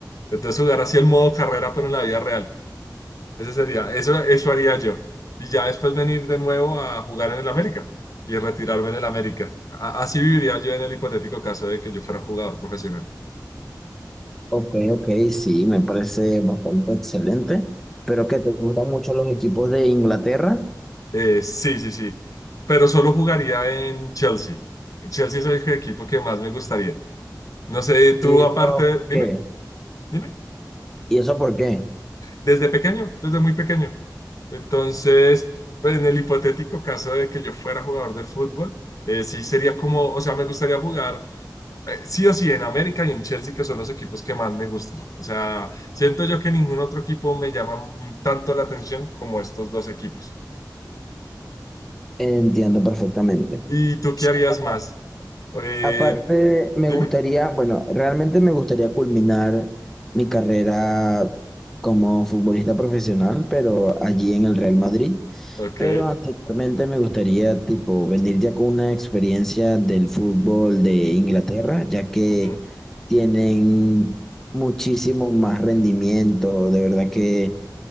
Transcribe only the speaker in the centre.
Ok, ok, sí, me parece bastante excelente. Pero que te gustan mucho los equipos de Inglaterra.
¿Y eso
qué?
¿Y eso por qué?
Entiendo perfectamente.
Sí,
bueno,
aparte, me
gustaría, bueno, realmente me gustaría culminar mi carrera como futbolista profesional, pero allí en el Real Madrid.
Pero anteriormente me gustaría, tipo, venir ya con una experiencia del fútbol de Inglaterra, ya que
tienen muchísimo más rendimiento. De verdad que